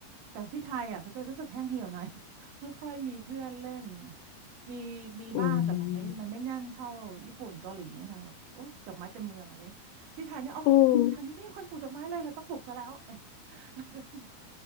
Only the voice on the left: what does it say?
อืมอืม